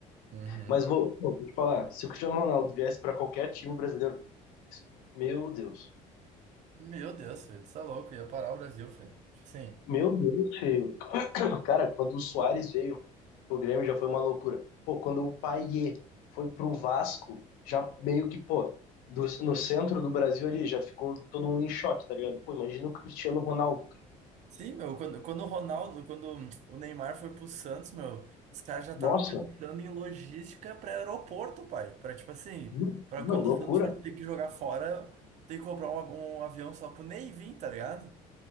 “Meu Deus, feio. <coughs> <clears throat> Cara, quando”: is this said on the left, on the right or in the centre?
Left